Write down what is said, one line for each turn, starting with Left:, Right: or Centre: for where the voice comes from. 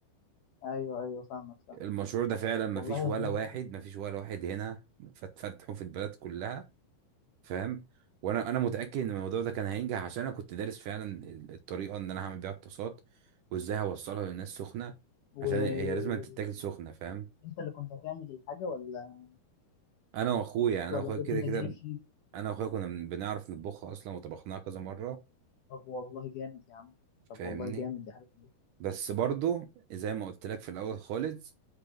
Left: ايوه ايوه فاهمك فاهم
Right: المشروع ده فعلا ما
Left: والله
Right: فيش ولا
Left: يا زميلي
Right: واحد
Left: فكرة حلوة.
Right: ما فيش ولا واحد هنا فتفتحه في البلد كلها فاهم وانا انا متاكد ان الموضوع ده كان هينجح عشان انا كنت دارس فعلا ال- الطريقه ان انا هعمل بيها الطاسات وازاي هوصلها للناس سخنه
Left: و...
Right: عشان
Left: وال-
Right: هي لازم تتاكل سخنه فاهم
Left: انت اللي كنت هتعمل الحاجة ولا
Right: انا واخويا يعني انا
Left: ولا
Right: واخويا
Left: كنت
Right: كده كده
Left: هتجيب شيء
Right: انا واخويا كنا بن- بنعرف نطبخها اصلا وطبخناها كذا مره
Left: طب والله جامد يا عم طب
Right: فاهمني
Left: والله جامد دي حاجة
Right: بس برضو زي ما قلت لك في الاول خالص